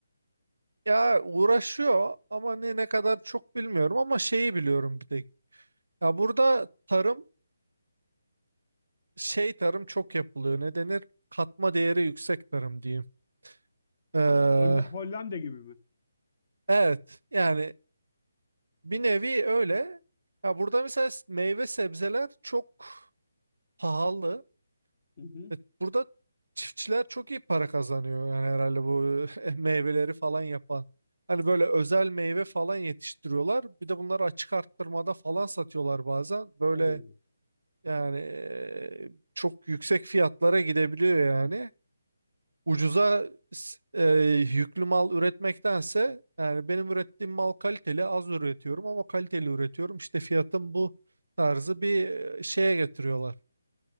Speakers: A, on the right; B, on the left.
A: Ya uğraşıyor ama ne ne kadar çok bilmiyorum ama şeyi biliyorum bir tek. Ya burada tarım şey tarım çok yapılıyor. Ne denir? Katma değeri yüksek tarım diyeyim. Ee,
B: Holl- Hollanda gibi mi?
A: evet yani bir nevi öyle. Ya burada mesela s- meyve sebzeler çok pahalı.
B: Hı hı.
A: E, Burada çiftçiler çok iyi para kazanıyor yani herhalde bu <laughs> meyveleri falan yapan. Hani böyle özel meyve falan yetiştiriyorlar. Bir de bunları açık arttırmada falan satıyorlar bazen. Böyle
B: Oo.
A: Yani eee, çok yüksek fiyatlara gidebiliyor yani. Ucuza s- eee, yüklü mal üretmektense yani benim ürettiğim mal kaliteli az üretiyorum ama kaliteli üretiyorum. İşte fiyatın bu tarzı bir eee, şeye getiriyorlar.